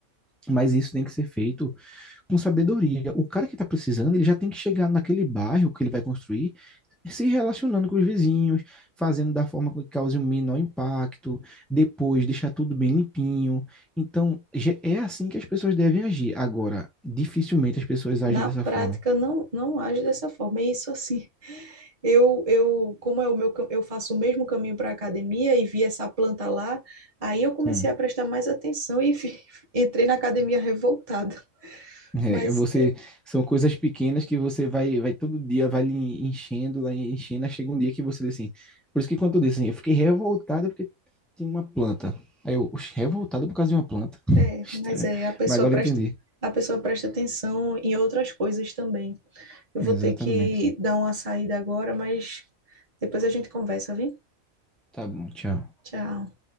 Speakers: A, in the centre; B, on the right.
A: mas isso tem que ser feito com sabedoria. O cara que está precisando, ele já tem que chegar naquele bairro que ele vai construir se relacionando com os vizinhos, fazendo da forma que cause o menor impacto, depois deixar tudo bem limpinho. Então, já- é assim que as pessoas devem agir. Agora, dificilmente as pessoas agem
B: Na
A: dessa
B: prática,
A: forma.
B: não, não age dessa forma. E isso assim, eu, eu, como é o meu, cam- eu faço o mesmo caminho para a academia e vi essa planta lá, aí eu comecei
A: Hum.
B: a prestar mais atenção e vi- <laughs> entrei na academia revoltada.
A: É,
B: Mas
A: você, são coisas pequenas que você vai, vai todo dia, vai lhe enchendo, lá enchendo, aí chega um dia que você diz assim. Por isso que quando eu disse assim, eu fiquei revoltado porque tinha uma planta. Aí eu, "Oxe, revoltado por causa de uma planta? <laughs>
B: é,
A: Estranho.
B: mas é, a pessoa
A: Mas agora
B: presta,
A: eu entendi.
B: a pessoa presta atenção em outras coisas também. Eu
A: Exatamente.
B: vou ter que dar uma saída agora, mas depois a gente conversa, viu?
A: Tá bom, tchau.
B: Tchau.